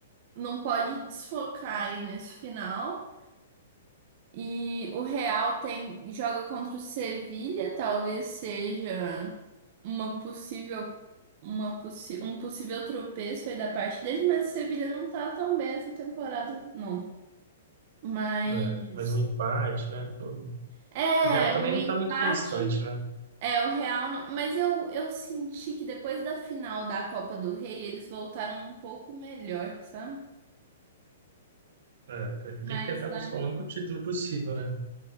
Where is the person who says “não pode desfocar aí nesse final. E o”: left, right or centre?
Right